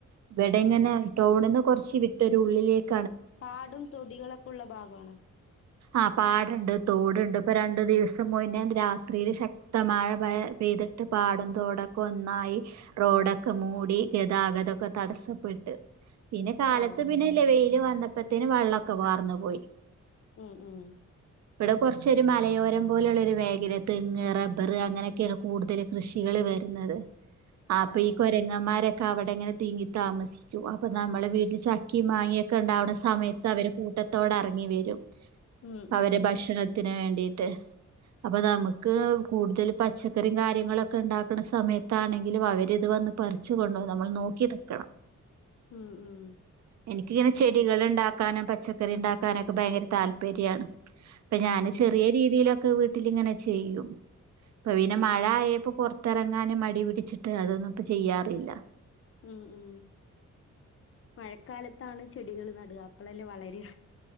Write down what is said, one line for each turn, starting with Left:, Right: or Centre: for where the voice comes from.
Right: ഇവിടെ
Left: ആഹ്
Right: ഇങ്ങനെ
Left: ആഹ്
Right: ടൗണിന്ന് കുറച്ച് വിട്ടൊരു ഉള്ളിലേക്ക്
Left: കാടും തൊടികളൊക്കെ ഉള്ള ഭാഗാണ്
Right: ആ പാടണ്ട്, തോടുണ്ട്. ഇപ്പൊ രണ്ടു ദിവസം മുന്നെ രാത്രിയില് ശക്തമായ മഴ യ്തിട്ട് പാടോം തോടൊക്കെ ഒന്നായി റോഡൊക്കെ മൂടി,
Left: ആഹ്
Right: ഗതാഗതൊക്കെ തടസപ്പെ പിന്നെ കാലത്ത്
Left: ഓഹ്
Right: പിന്നെ ലെവയില് വന്നപ്പത്തേന് വള്ളൊക്കെ വാർന്നു പോയി.
Left: ഉം ഉം
Right: ഇവിടെ കൊറച്ച് ഒരു മലയോരം പോലുള്ള ഒരു മേഖല. തെങ്ങ്, റബ്ബർ അങ്ങനൊക്കെയാണ് കൂടുതൽ കൃഷികള് <unintelligible> അപ്പൊ
Left: ഓഹ് ഓഹ്
Right: ഈ കൊരങ്ങമ്മാരൊക്കെ അവിടങ്ങനെ തിങ്ങി താമസിക്കും. അവർ നമ്മളെ വീട്ടില് ചക്കയും മാങ്ങയൊക്കെ ഉണ്ടാവണ സമയത്ത് അവര് കൂട്ടത്തോടെ എറങ്ങി വരും.
Left: ഉം
Right: അവരെ
Left: ഉം
Right: ഭക്ഷണത്തിന് വേണ്ടിട്ട് അപ്പൊ നമ്മുക്ക് കൂടുതൽ പച്ചക്കറി കാര്യങ്ങളൊക്കെ ഉണ്ടാക്കണ സമയത്താണെങ്കിലും അവരിത് വ അത് പറിച്ചുകൊണ്ടോവും. നമ്മള് നോക്കി നിക്കണം
Left: ഉം ഉം.
Right: എനിക്കിങ്ങനെ ചെടികൾ ഉണ്ടാക്കാനും പച്ചക്കറി ഉണ്ടാക്കാനുമൊക്കെ ഭയങ്കര താല്പര്യാണ്. അപ്പൊ ഞാന്
Left: ആഹ്
Right: ചെറിയ രീതിയിലൊക്കെ വീട്ടിലിങ്ങനെ ചെയ്യും അപ്പൊ പിന്നെ മഴ ആയപ്പോ പുൊറത്തിറങ്ങാനെ മടി പിടിച്ചിട്ട് അതൊന്നും ഇപ്പ ചെയ്യാറില്ല
Left: ഉ ഉ മഴക്കാലത്താണ് ചെടികൾ നടുക അപ്പളല്ലേ വളരെ